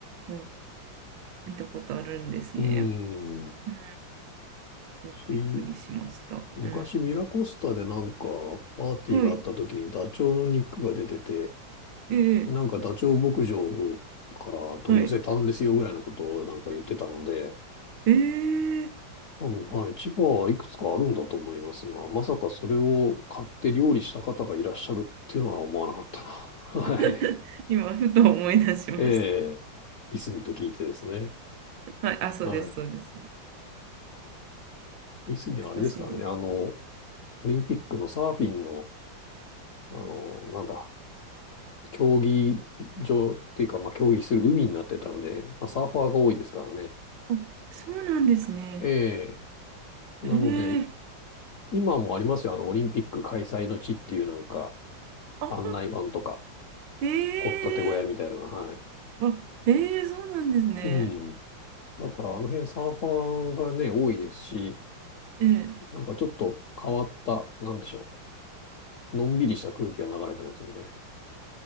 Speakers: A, on the right; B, on the left.
A: うん見たことあるんですね。
B: うーん。
A: うん、そう、
B: し、
A: びっくりしました。
B: 昔ミラコスタでなんか
A: うん、
B: パーティーがあった時にダチョウの肉が出てて、
A: はい。ええ
B: なんかダチョウ牧場から取り寄せたんですよぐらいのことをなんか言ってたので、
A: はい。ええ
B: 多分、はい、千葉はいくつかあるんだと思いますが、まさかそれを買って料理した方がいらっしゃるっていうのは思わなかったな。<laughs>
A: <laughs>
B: はい。
A: 今、ふと思い出しまし
B: ええ、いすみと聞いてですね。
A: た。はい。あ、そうです、
B: は
A: そうです。
B: い。いすみはあれですからね、
A: 懐かしいな。
B: あの、オリンピックのサーフィンの、あの、なんだ、競技場っていうか、まあ、競技する海になってたんで、まあ、サーファーが多いですからね。
A: あそうなんですね。
B: ええ、
A: ええ
B: なので、今もありますよ、あの、オリンピック開催の地っていうなんか、
A: あ、
B: 案内板とか、
A: ええ
B: 掘ったて小屋みたいなのが、はい。
A: あ、ええそうなんですね。
B: うん。だから、あの辺サーファーがね、多いですし、
A: ええ
B: なんかちょっと変わった、なんでしょう。のんびりした空気が流れてますので。